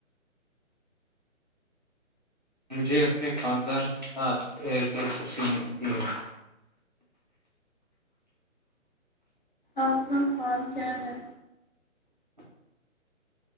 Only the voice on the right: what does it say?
مجھے اپنے خاندان کے ساتھ رہ کر خوشی ملتی ہے